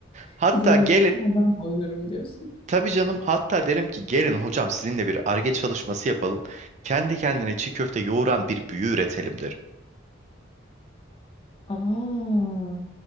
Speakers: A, on the right; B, on the left.
A: Hatta
B: Ticaret
A: gelin,
B: ben oynarım diyorsun.
A: tabii canım hatta derim ki gelin hocam sizinle bir arge çalışması yapalım. Kendi kendine çiğ köfte yoğuran bir büyü üretelim derim.
B: Aa.